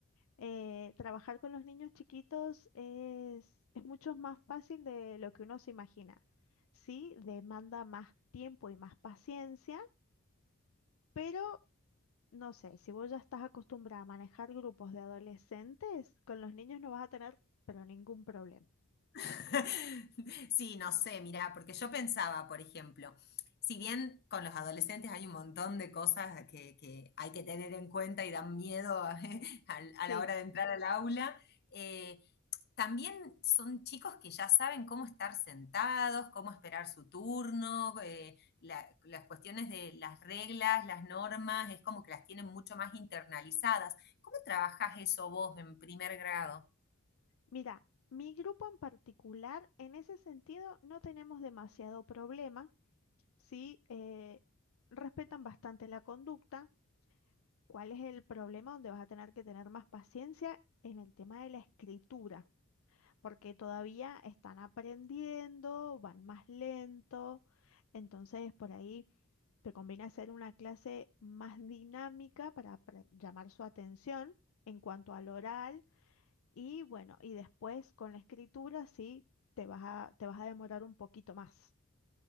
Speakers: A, on the left; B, on the left.
A: eh, trabajar con los niños chiquitos es, es mucho más fácil de lo que uno se imagina. Sí, demanda más tiempo y más paciencia, pero no sé, si vos ya estás acostumbrada a manejar grupos de adolescentes, con los niños no vas a tener, pero ningún problema.
B: <laughs> Sí, no sé, mirá, porque yo pensaba, por ejemplo, si bien con los adolescentes hay un montón de cosas que, que hay que tener en cuenta y dan miedo a, <laughs> al- a
A: Sí,
B: la hora de entrar al aula, eh, también son chicos que ya saben cómo estar sentados, cómo esperar su turno, eh, la- las cuestiones de las reglas, las normas, es como que las tienen mucho más internalizadas. ¿Cómo trabajás eso vos en primer grado?
A: mira, mi grupo en particular, en ese sentido, no tenemos demasiado problema, sí, eh, respetan bastante la conducta. ¿Cuál es el problema donde vas a tener que tener más paciencia en el tema de la escritura? Porque todavía están aprendiendo, van más lento, entonces por ahí te conviene hacer una clase más dinámica para apre- llamar su atención en cuanto al oral y bueno, y después con la escritura sí te vas a, te vas a demorar un poquito más.